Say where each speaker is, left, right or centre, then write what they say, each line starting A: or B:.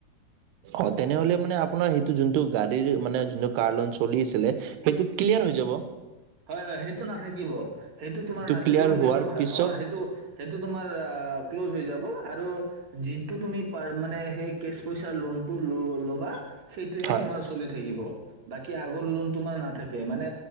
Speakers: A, on the right; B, on the right.
A: অ তেনেহলে মানে আপোনাৰ সেইটো যোনটো গাড়ীৰ মানে যোনটো কাৰ লোন চলি আছিলে সেইটো ক্লিয়াৰ হৈ যাব।
B: হয়-হয় সেইটো নাথাকিব, সেইটো তোমাৰ নাথাকিব
A: ক্লিয়াৰ হোৱাৰ
B: সেইটো
A: পিছত
B: অ সেইটো-সেইটো তোমাৰ ক্ল'জ হৈ যাব আৰু যিটো তুমি পা-মানে হেই কেছ পইচা লোনটো ল'বা সেইটোহে
A: হয়,
B: তোমাৰ চলি থাকিব বাকী আগৰ লোন তোমাৰ নাথাক কে মানে